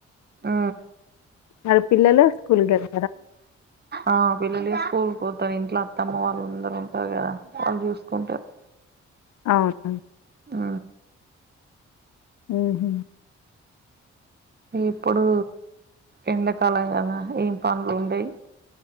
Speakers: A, on the right (about 35°); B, on the left (about 65°).
A: ఆ
B: మరి పిల్లలు స్కూల్కి వెళ్
A: ఆ పిల్లలు స్కూల్ పోతారు ఇంట్లో అత్తమ్మ వాళ్ళు అందరు ఉంటారు కదా వాళ్ళు చూసుకుంటారు.
B: అవునా
A: హు
B: ఉహు
A: ఇగిప్పుడు ఎండలకాలం కదా ఏం పనులు ఉండయి